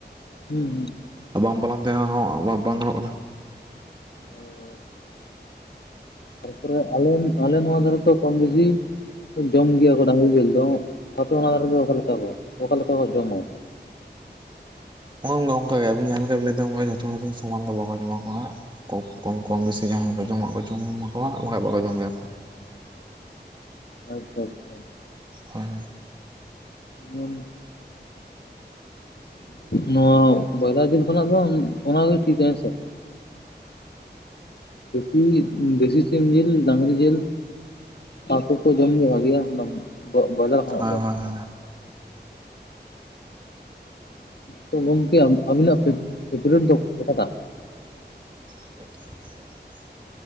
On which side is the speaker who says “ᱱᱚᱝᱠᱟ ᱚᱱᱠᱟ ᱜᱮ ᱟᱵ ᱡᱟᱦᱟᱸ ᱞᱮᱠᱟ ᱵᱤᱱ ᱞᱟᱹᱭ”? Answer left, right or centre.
Right